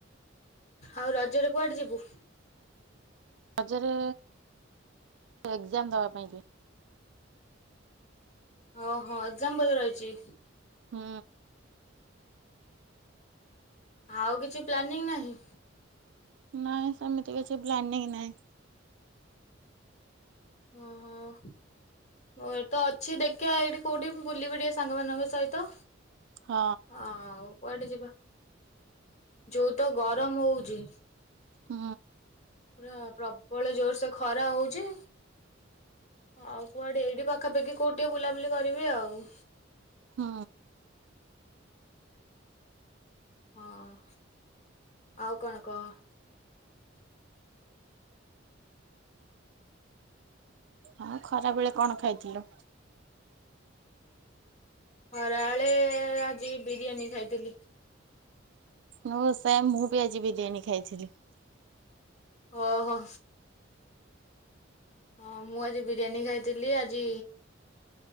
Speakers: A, on the left; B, on the right.
A: ଆଉ ରଜରେ କୁଆଡ଼େ ଯିବୁ?
B: ରଜରେ, ଏକ୍ଜାମ୍ ଦବା ପାଇଁ ଯିବି।
A: ଅ ହଁ ଏକ୍ଜାମ୍ ବଧେ ରହିଚି?
B: ହୁଁ।
A: ଆଉ କିଛି ପ୍ଲାନିଂ ନାହିଁ?
B: ନାଇଁ ସେମିତି କିଛି ପ୍ଲାନିଂ ନାହିଁ।
A: ଅହଂ। ଓ, ଏତ ଅଛି ଦେଖିବା ଏଇଠି କୋଉଠି ବୁଲିବି ଟିକେ ସାଙ୍ଗମାନଙ୍କ ସହିତ।
B: ହଁ
A: ଆଉ କୁଆଡ଼େ ଯିବା? ଯୋଉ ତ ଗରମ ହଉଚି
B: ହୁଁ।
A: ପୁରା ପ୍ରବଳ ଜୋର୍ ସେ ଖରା ହଉଚି। ଆଉ କୁଆଡ଼େ ଏଇଠି ପାଖାପାଖି କୋଉଟି ଟିକେ ବୁଲାବୁଲି କରିବି ଆଉ।
B: ହୁଁ।
A: ହଁ ଆଉ କଣ କହ?
B: ହଁ ଖରା ବେଳେ କଣ ଖାଇଥିଲୁ?
A: ଖରାଳେ ଆଜି ବିରିୟାନୀ ଖାଇଥିଲି।
B: ନୋ ସେମ୍ ମୁଁ ବି ଆଜି ବିରିୟାନୀ ଖାଇଥିଲି।
A: ଅ ହ। ହଁ ମୁଁ ଆଜି ବିରିୟାନୀ ଖାଇଥିଲି। ଆଜି